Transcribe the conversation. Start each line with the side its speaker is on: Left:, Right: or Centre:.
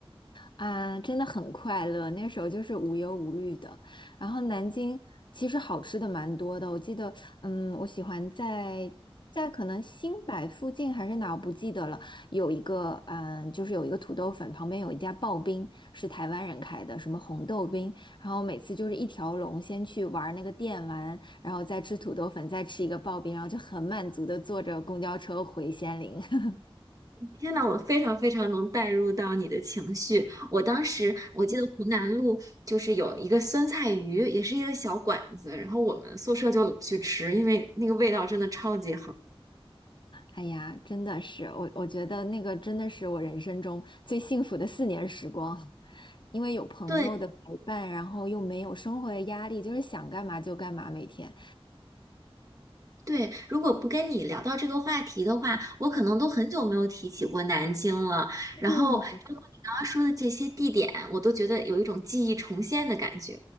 Left: 啊，真的很快乐。那时候就是无忧无虑的。然后南京其实好吃的蛮多的，我记得，嗯，我喜欢在在可能新百附近还是哪，我不记得了。有一个，嗯，就是有一个土豆粉，旁边有一家刨冰，是台湾人开的，什么红豆冰。然后每次就是一条龙，先去玩那个电玩，然后再吃土豆粉，再吃一个刨冰，然后就很满足的坐着公交车回仙林。<laughs>
Right: 天呐，我非常非常能带入到你的情绪。我当时我记得湖南路就是有一个酸菜鱼，也是一个小馆子，然后我们宿舍就老去吃，因为那个味道真的超级好。
Left: 哎呀，真的是我，我觉得那个真的是我人生中最幸福的四年时光，因为有朋友的陪伴，
Right: 对。
Left: 然后又没有生活的压力，就是想干嘛就干嘛，每天。
Right: 对，如果不跟你聊到这个话题的话，我可能都很久没有提起过南京了。然后，
Left: 嗯
Right: 如果你刚刚说的这些地点，我都觉得有一种记忆重现的感觉。